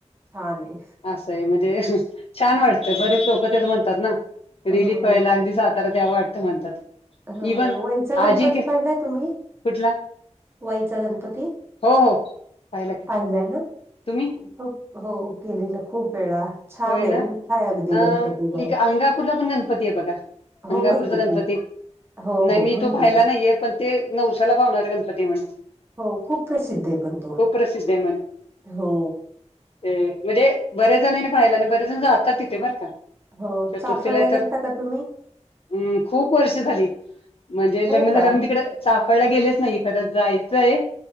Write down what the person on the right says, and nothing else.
हा नाही
हो.
ह
वाईचा
गणपती पाहिलाय तुम्ही
वाईचा गणपती
पाहिलाय ना?
खूप हो केलेलं खूप वेळा छान
आहे
मोठा आहे अगदी
गणपतीजवळ
हो
माहिती आहे
की हो
हो
माहिती
आहे की
हो खूप प्रसिद्ध आहे पण तो
हो
हो
चाफळला
गेलता का तुम्ही
हो
का